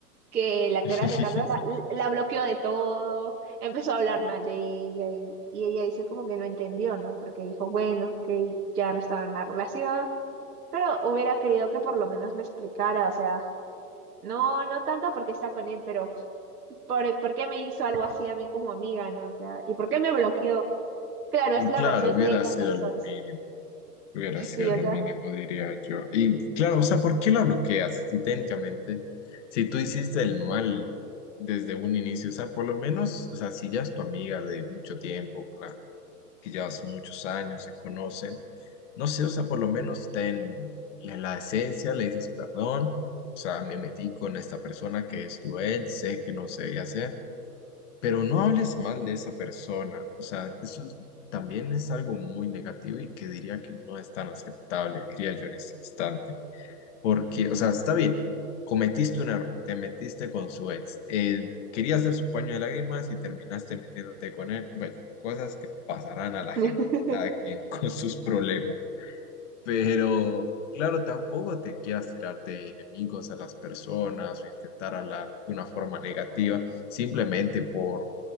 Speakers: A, on the right; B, on the left.
A: que la
B: <laughs>
A: que ahora se casó la, la bloqueó de todo, empezó a hablar mal de ella y, y ella dice como que no entendió, ¿no? Porque dijo, bueno, que ya no estaba en la relación, pero hubiera querido que por lo menos me explicara, o sea, no, no tanto porque está con él, pero por, por qué me hizo algo así a mí como amiga, ¿no? O sea, ¿y por qué me bloqueó? Claro, es la
B: Claro,
A: versión
B: hubiera
A: de ella
B: sido
A: versus...
B: lo mínimo, hubiera
A: Sí,
B: sido lo
A: o sea.
B: mínimo, diría yo. Y claro, o sea, ¿por qué la bloqueas? Si técnicamente, si tú hiciste el mal desde un inicio, o sea, por lo menos, o sea, si ya es tu amiga de mucho tiempo, que ya hace muchos años se conocen. No sé, o sea, por lo menos ten en la esencia, le dices perdón, o sea, me metí con esta persona que es tu ex, sé que no se debía hacer, pero no hables mal de esa persona, o sea, eso es- también es algo muy negativo y que diría que no es tan aceptable, diría yo en este instante. Porque, o sea, está bien, cometiste un error, te metiste con su ex, eh, querías ser su paño de lágrimas y terminaste metiéndote con él. Bueno, cosas que pasarán a
A: <laughs>
B: la gente, cada quien <laughs> con sus problemas. Pero, claro, tampoco te quieras tirar de enemigos a las personas o intentar hablar de una forma negativa, simplemente por